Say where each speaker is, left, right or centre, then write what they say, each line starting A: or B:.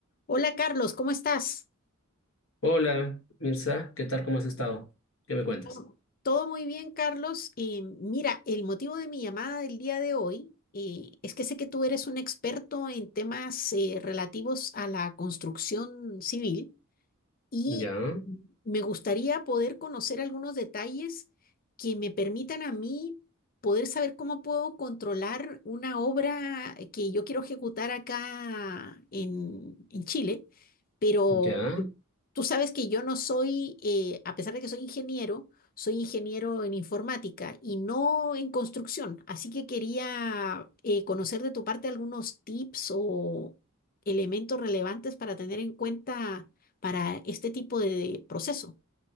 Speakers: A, on the left; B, on the left.
A: Hola Carlos, ¿cómo estás?
B: Hola, Mirza, ¿qué tal? ¿Cómo has estado? ¿Qué me cuentas?
A: Oh. Todo muy bien, Carlos. Eh, mira, el motivo de mi llamada del día de hoy eh, es que sé que tú eres un experto en temas eh, relativos a la construcción civil y
B: Ya,
A: me gustaría poder conocer algunos detalles que me permitan a mí poder saber cómo puedo controlar una obra que yo quiero ejecutar acá en, en Chile, pero
B: ya.
A: Tú sabes que yo no soy, eh, a pesar de que soy ingeniero, soy ingeniero en informática y no en construcción. Así que quería eh, conocer de tu parte algunos tips o elementos relevantes para tener en cuenta para este tipo de proceso.